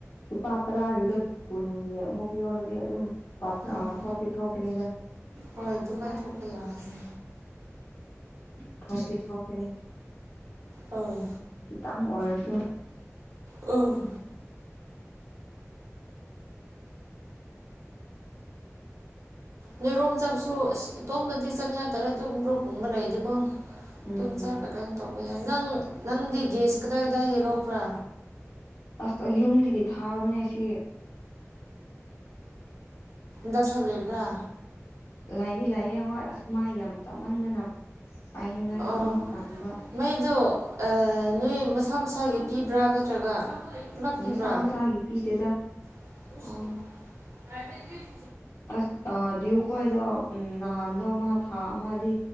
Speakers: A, on the left; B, on the right.
A: ꯂꯨꯄꯥ ꯇꯔꯥꯒꯤꯗꯣ ꯀꯨꯟꯒꯤ ꯑꯃꯨꯛ ꯌꯣꯜꯂꯗꯤ ꯑꯗꯨꯝ ꯄꯥ
B: ꯎꯝ
A: ꯑ ꯊꯣꯛꯇꯤ ꯊꯣꯛꯀꯅꯤꯗ
B: ꯍꯣꯏ ꯑꯗꯨꯃꯥꯏꯅ ꯊꯣꯛꯄ ꯌꯥꯏ
A: ꯄ꯭ꯔꯣꯐꯤꯠ <unintelligible> ꯊꯣꯛꯀꯅꯤ
B: ꯎꯝ
A: ꯈꯤꯇꯪ ꯑꯣꯏꯔꯁꯨ
B: ꯎꯝ ꯅꯣꯏꯔꯣꯝ ꯆꯞꯁꯨ ꯑꯁ ꯏꯇꯣꯝꯗꯗꯤ ꯆꯪꯉꯦ ꯇꯔꯦ ꯑꯗꯨ ꯄꯨꯡꯕ ꯂꯩ ꯑꯗꯨꯀꯣ ꯑꯗꯨꯨꯝ
A: ꯎꯝ
B: ꯆꯔꯛꯒ ꯀꯩꯅꯣ ꯇꯧ ꯍ ꯌꯥꯏ ꯅꯪ ꯅꯪꯗꯤ ꯒꯦꯁ ꯀꯗꯥꯏ ꯀꯗꯥꯏ ꯌꯦꯍꯧꯕ꯭ꯔꯥ
A: ꯑꯁ ꯌꯨꯝꯗꯒꯤ ꯊꯥꯕꯅꯦ ꯁꯤ
B: ꯗꯁꯥ ꯂꯩꯕ꯭ꯔꯥ
A: ꯂꯥꯏꯗꯤ ꯂꯥꯏꯌꯦꯑꯦ ꯍ ꯃꯥꯏ ꯌꯥꯝ ꯆꯞꯃꯟꯗꯅ ꯄꯥꯏꯅꯤꯡꯉꯥꯏꯁꯨ
B: ꯑꯣ
A: ꯑꯃꯨꯛ ꯆꯟꯕ
B: ꯃꯩꯗꯣ ꯅꯣꯏ ꯃꯁꯥ ꯃꯁꯥꯒꯤ ꯄꯤꯕ꯭ꯔꯥ ꯅꯠꯇ꯭ꯔꯒ ꯄꯨꯂꯞ ꯄꯤꯕ꯭ꯔꯥ
A: ꯃꯁꯥ ꯃꯁꯥꯒꯤ ꯄꯤꯗꯦꯗ
B: ꯑꯣ
A: ꯑꯁ ꯑ ꯗꯤꯎꯀꯣꯣꯏꯗꯣ ꯎ ꯅꯍꯥꯟꯗꯣ ꯑꯃ ꯊꯥ ꯑꯃꯗꯤ